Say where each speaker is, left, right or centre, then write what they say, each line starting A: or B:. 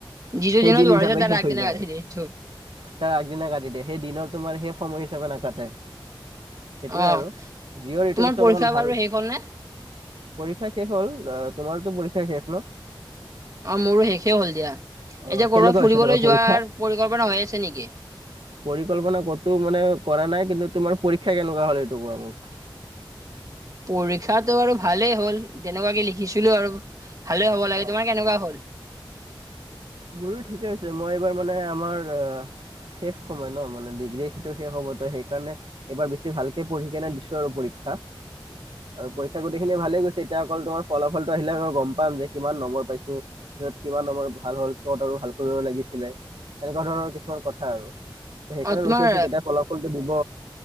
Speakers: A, on the right; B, on the right.
A: যিটো
B: সেই
A: দিনত
B: দিন
A: ভৰাইছা
B: হিচাপে
A: তাৰ
B: শেষ
A: আগদিনা
B: হৈ যায়।
A: কাটি দিয়ে সেইটো
B: তাৰ আগদিনা কাতি দিয়ে সেইদিনৰ তোমাৰ শেষ সময় হিচাপে নাকাটে। সেইটোৱে
A: অ
B: আৰু জঅৰ এইটো
A: তোমাৰ
B: বস্তু
A: পৰীক্ষা
B: অলপমান ভাল।
A: বাৰু শেষ হ'ল নে
B: পৰীক্ষা শেষ তোমাৰতো পৰীক্ষা শেষ ন।
A: অ, মোৰো শেষে হ'ল দিয়া। এতিয়া
B: অ কেনেকুৱা
A: কৰবাত ফুৰিবলৈ
B: হৈছে তোমাৰ পৰীক্ষা
A: যোৱাৰ পৰিকল্পনা হৈ আছে নেকি।
B: পৰিকল্পনা ক'তো মানে কৰা নাই। কিন্তু তোমাৰ পৰীক্ষা কেনেকুৱা হ' সেইটো কুৱা মোক।
A: পৰীক্ষাটো আৰু ভালেই হ'ল। তেনেকুৱাকে লিখিছিলো আৰু ভালে হ'ব লাগে,
B: অ
A: তোমাৰ কেনেকুৱা হ'ল?
B: মোৰো ঠিকেই হৈছে, মই এইবাৰ মানে আমাৰ শেষ সময় ন, মানে ডিগ্ৰী সটো শেষ হ'ব তই সেই কাৰণে এবাৰ বেছি ভালকে পঢ়ি কেনে দিছো আৰু পৰী <inaudible> আৰু পৰীক্ষা গোটেইখিনি ভালে গৈছে। এতিয়া অকল তোমাৰ ফলাফলটো আহিলে মই গম পাম যে কিমান নম্বৰ পাইছো যত কিমান আমাৰ ভাল হ'ল কত আৰু ভাল কৰিব লাগিছিলে, তেনেকুৱা ধৰণৰ কিছুমান কথা আৰু সেইকাৰণে
A: অ তোমাৰ
B: ৰখি আছো কেতিয়াই ফলা ফলটো দিব